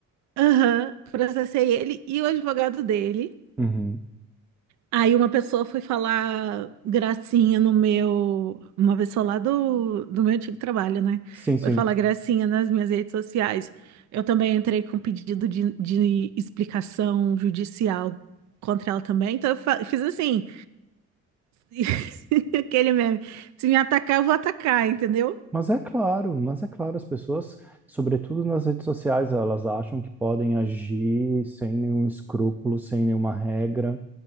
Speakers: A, on the right (about 65°); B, in the centre.
A: aham, processei ele e o advogado dele.
B: Uhum.
A: Aí uma pessoa foi falar gracinha no meu, uma pessoa lá do, do meu antigo trabalho, né?
B: Sim, sim.
A: Foi falar gracinha nas minhas redes sociais. Eu também entrei com pedido de, de explicação judicial contra ela também. Então eu fa- fiz assim, <laughs> Aquele meme. Se me atacar, eu vou atacar, entendeu?
B: Mas é claro, mas é claro, as pessoas, sobretudo nas redes sociais, elas acham que podem agir sem nenhum escrúpulo, sem nenhuma regra.